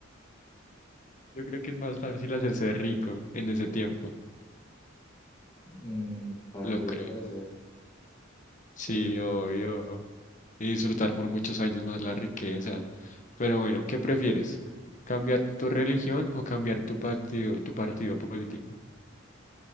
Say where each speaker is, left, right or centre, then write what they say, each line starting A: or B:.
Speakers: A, on the left (about 40°); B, on the left (about 25°).
A: Yo creo que es más fácil hacerse rico en ese tiempo.
B: Mm, también
A: Lo creo.
B: puede ser.
A: Sí,
B: Sí, sí.
A: obvio. Y disfrutar por muchos años más la riqueza. Pero bueno, ¿qué prefieres? ¿Cambiar tu religión o cambiar tu partido, tu partido político?